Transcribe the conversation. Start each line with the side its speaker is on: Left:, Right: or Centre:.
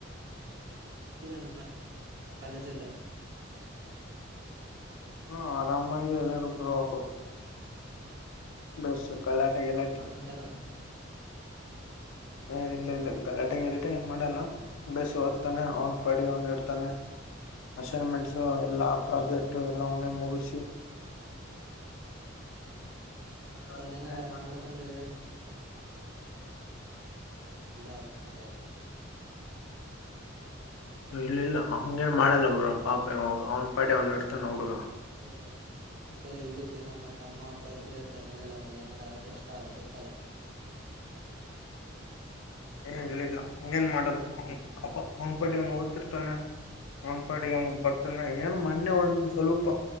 Right: ಬೆಂಗಿದಾನ ಕಾಲೇಜಲ್ಲ
Left: ಹ್ಮ ಆರಾಮಾಗಿ ಅೊಬ್ರು ಅವರು ಬಸ ಗಲಾಟೆ ಗಲಾಟೆ
Right: ಮಾಡ್ಕೊಂತಾನ
Left: ಏ ಇಲ್ಲ ಇಲ್ಲ ಗಡೆ ಇಲ್ದೆ ಏನ್ ಮಾಡಲ್ಲ ಬಸ್ ಓದ್ತಾನೆ ಅವನ್ ಪಡಿ ಅವನ್ ಇಡ್ತಾನೆ ಅಸೈನ್ಮೆಂಟ್ಸ ಎಲ್ಲಾ ಪ್ರಾಜೆಕ್ಟ್ ಎಲ್ಲವನ್ನೇ ಮುಗಿಸಿ ಅ
Right: ಮತ್ತ
Left: ಅ
Right: ಅವನೇನಾರ
Left: ರಾಯ
Right: ಮಾಡಕಂದ್ರೆ ಅಲ್ಲಾಮ ಅಲ್ಲ
Left: ಇಲ್ಲ ಇಲ್ಲ ಹಂಗೇನ್ ಮಾಡಲ್ಲ ಬ ಅವ ಪಾಪ ಅವ್ನ್ ಪಾ ಅವ್ನ ಇಡ್ತಾನ ಹುಡುಗ
Right: ಅದೇ ನಾನ್ ಬೇರ ಇಲ್ಲಿರ್ತೀನ ಮತ್ತ ಅಮ್ಮ ಅ ವೈಬ್ರೇ ಇರ್ತಾರ ಮನೆಯಲ ಮೇಲೆ ಏನಾರ ಆದ್ರಷ್ಟ ಅಲ್ಲ ಗೊತ್ತಲ್ಲ
Left: ಏ ಇಲ್ಲ ಇಲ್ಲ ಹಂಗೇನ್ ಮಾಡಲ್ಲ ಅ ಒಂದ್ ಪ ಒ ರ್ತಾನೆ ಒಂದ್ ಪಾಟಿಗೆ ಬರ್ತಾನೆ ಏನು ಮೊನ್ನೆ ಒಂದ ಸ್ವಲ್ಪ